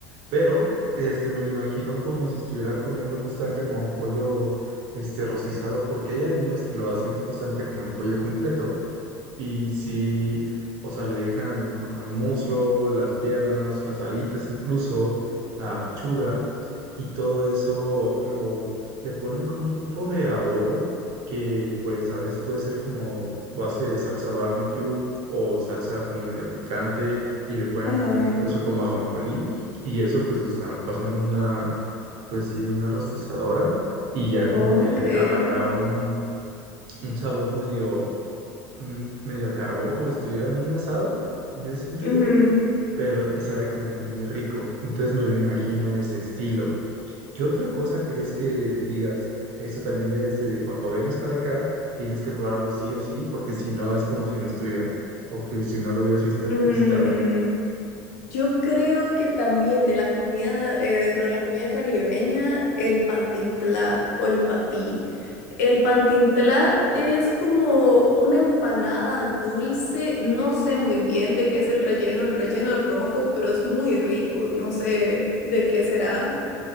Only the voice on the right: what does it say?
Pero, este, me lo imagino como si estuviera comiendo justamente como pollo, este, rostizado, porque hay algunos que lo hacen justamente como el pollo completo y si o sea, le dejan como el muslo, las piernas, las alitas incluso, la pechuga, y todo eso lo le ponen como un tipo de adobo que pues a veces puede ser como base de salsa barbecue o salsa como medio picante y le pueden
poner incluso como ajonjolí y eso pues lo están pasando una pues sí en una rostizadora y ya
como que le agarra un un sabor medio mm, medio a carbón, como si estuvieran en un asado, en ese sentido,
pero y sabe como que muy rico. Entonces me lo imagino de ese estilo. ¿Qué otra cosa crees que digas? Esto también debes de, cuando vengas para acá, tienes que probarlo sí o sí, porque si no es como si no estuvieras, o que si no lo hubieras vista-
visitado.